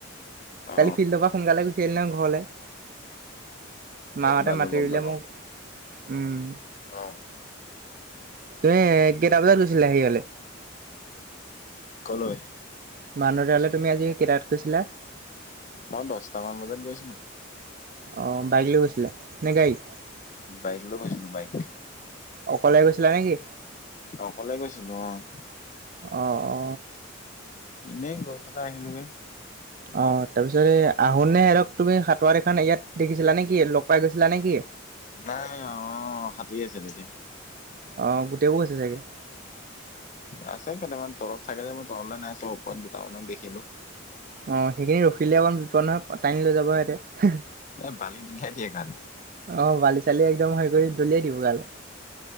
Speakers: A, on the left; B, on the right.
A: অ
B: কালি ফিল্ডৰ পৰা সোনকালে গুচি আহিলো নহয় ঘৰলৈ।
A: গম
B: মা হঁতে
A: পালো
B: মাতি
A: গম
B: ৰুলে
A: পালো
B: মোক। উম
A: অ'।
B: তুমি কেইটা বজাত গৈছিলাঁ হেৰিয়লে?
A: কলৈ?
B: মানুহ ঘৰলে তুমি আজি কেইটাত গৈছিলাঁ?
A: মই দহটামান বজাত গৈছিলোঁ।
B: অ', বাইক লৈ গৈছিলাঁ, নে গাড়ীত?
A: বাইক লৈ গৈছিলোঁ, বাইক।
B: অকলে গৈছিলা নেকি
A: অকলে গৈছিলোঁ অ'।
B: অ অ
A: এনেই গৈ পেলাই আহিলোগৈ।
B: অ', তাৰপিছত এই আহোঁতে সিহঁতক, তুমি সাঁতোৰা দেখা ইয়াত দেখিছিলা নে কি? লগ পাই গৈছিলা নে কি?
A: নাই, অ', সাঁতোৰি আছিলে তেতিয়া।
B: অ', গোটেইবোৰ গৈছে চাগে।
A: আছে কেইটামান তলত থাকে যে, মই তললৈ নাই চোৱা ওপৰত দুটামানক দেখিলো।
B: অ', সেইখিনিত ৰখিলে অকমান বিপদ নহয়, টানি লৈ যাব সিহঁতে।
A: এ বালিত উলিয়াই দিয়ে গালে।
B: অ', বালি-চালি একদম হেৰি কৰি দলিয়াই দিব গালে।